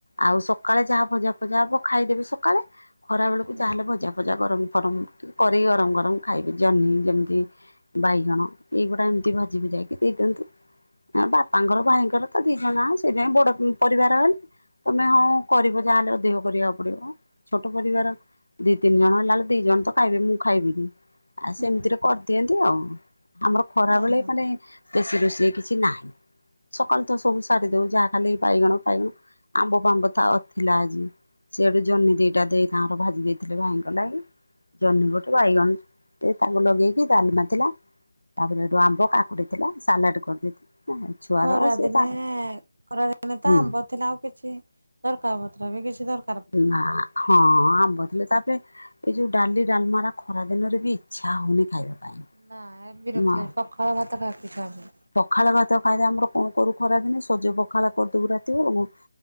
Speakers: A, on the left; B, on the right.
A: ଆଉ ସକାଳେ ଯାହା ଭଜା ଫଜା ହବ ଖାଇଦେବି ସକାଳେ ଖରା ବେଳକୁ
B: ହୁଁ
A: ଯାହା ହେଲେ ଭଜା। ଭଜା ଗରମ ଫରମ କରି ଗରମ ଗରମ ଖାଇବି ଜହ୍ନି ଯେମିତି ବାଇଗଣ ଏଇଗୁଡା ଏମିତି ଭାଜି ଭୁଯାକି ଦେଇଦିଅନ୍ତୁ। ବାପାଙ୍କର ଭାଇଙ୍କର ତ ଦି ଜଣ ସେଇଥି ପାଇଁ ବଡ ପରିବାର ତମେ ହଁ କରିବ ଯାହାହେଲେ ଅଧିକ କରିବାକୁ ପଡିବ। ଛୋଟ ପରିବାର ଦି ତିନି ଜଣ ହେଲାଳୁ ଦି ଜଣ ତ ଖାଇବେ ମୁଁ ଖାଇବିନି ଆଉ
B: ହୁଁ
A: ସେମିତିରେ ସେମିତି ଆଉ ଆମର ଖରା
B: ଓହୋ
A: ବେଳେ ମାନେ ବେଶୀ ରୋଷଇ କିଛି ନାହିଁ। ସକାଳୁ ତ ସବୁ ସାରି ଦଉ ଯାହା ଖାଲି ବାଇଗଣ ଫାଇଗଣ। ଆମ୍ବ ଫାମ୍ବ ଥାଅ ଥିଲା ଆଜି। ସିଆ ଡୁ ଜହ୍ନି ଦିଟା ଦେଈ ତାଙ୍କର ଭାଜି ଦେଇଥିଲେ ଭାଇଙ୍କ ଲାଗି। ଜହ୍ନି ଗୋଟେ ବାଇଗଣ ଟେ ତାକୁ ଲଗେଇ କି ଡାଲମା ଥିଲା ତା ପରେ ସେଠୁ ଆମ୍ବ କାକୁଡି ଥିଲା ସାଲାଟ କରିଦେଇଥିଲି। ଛୁଆର
B: ଖରାଦିନେ
A: ସିଏ ତାର
B: ଖରାଦିନେ ତ
A: ହୁଁ।
B: ଆମ୍ବ ଥିଲା ଆଉ କିଛି ତରକାରି ପତ୍ର ବି କିଛି ଦର
A: ନା ହଁ ଆମ୍ବ ଥିଲେ ତା ପରେ ଏଇ ଯୋଉ ଡାଲି ଡାଲମାରା ଖରା ଦିନରେ ବି ଇଚ୍ଛା ହଉନି ଖାଇବା ପାଇଁ।
B: ନା ବିରକ୍ତି
A: ମା
B: ଲାଗିଲା ପଖାଳ ଭାତ ଖାଇବାକୁ ଇଚ୍ଛା ହଉଚି।
A: ପଖାଳ ଭାତ ଖାଇଦେ ଆମର କଣ କରୁ ଖରା ଦିନେ ସଜ ପଖାଳ କରିଦବୁ ରାତି ବେଳକୁ।